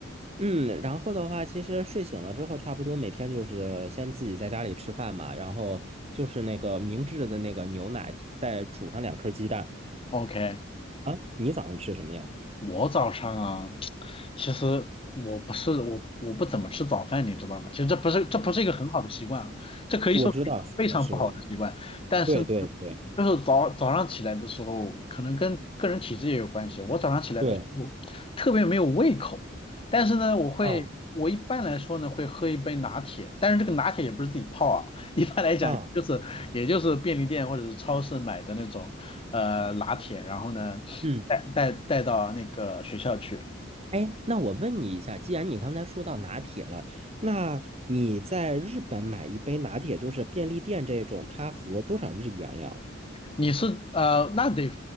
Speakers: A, on the right (about 35°); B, on the left (about 30°).
A: 嗯，然后的话，其实睡醒了之后，差不多每天就是先自己在家里吃饭嘛，然后就是那个明治的那个牛奶，再煮上两颗鸡蛋。
B: ，OK，
A: 啊，你早上吃什么呀？
B: 我早上啊，其实我不是我我不怎么吃早饭，你知道吗？其实这不是这不是一个很好的习惯啊，这可以说是一个非常不好的习惯。
A: 我知道，是的，是的，
B: 但是呢，
A: 对对对
B: 就是早早上起来的时候，可能跟个人体质也有关系。我早上起来的时候特别没有胃口，
A: 对
B: 但是呢，我会我一般来说呢会喝一杯拿铁，
A: 啊
B: 但是这个拿铁也不是自己泡啊，<laughs> 一般来讲就是也就是便利店或者是超市买的那种。
A: 啊，
B: 呃拿铁，然后呢带带带到那个学校去。
A: 嗯，哎，那我问你一下，既然你刚才说到拿铁了，那你在日本买一杯拿铁，就是便利店这种，它合多少日元呀？
B: 你是呃那得